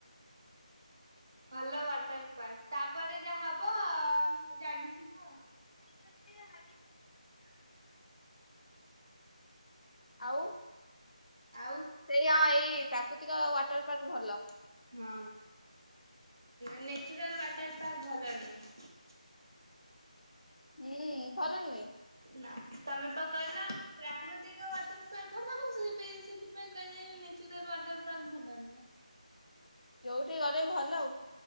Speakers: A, on the right; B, on the left.
A: ଭଲ ୱାଟର ପାର୍କ ତାପରେ ଯାହା ହବ ଜାଣିଥିବ।
B: <unintelligible> ଆଉ।
A: ଆଉ।
B: ସେଇଆ ଏଇ। ପ୍ରାକୃତିକ ୱାଟର ପାର୍କ ଭଲ।
A: ହଁ ନେଚୁରାଲ ୱାଟର ପାର୍କ ଭଲ ନୁହେଁ।
B: ହୁଁ ଭଲ ନୁହେଁ।
A: ନା ତମେ ତ କହିଲ ପ୍ରାକୃତିକ ୱାଟର ପାର୍କ ଭଲ ମୁଁ ସେଇପାଇଁ ସେଇଥିପାଇଁ କହିଲଦେଲି ନେଚୁରାଲ ୱାଟର ପାର୍କ ଭଲ ନୁହେଁ ।
B: ଯୋଉଠି ଗଲେ ଭଲ ଆଉ।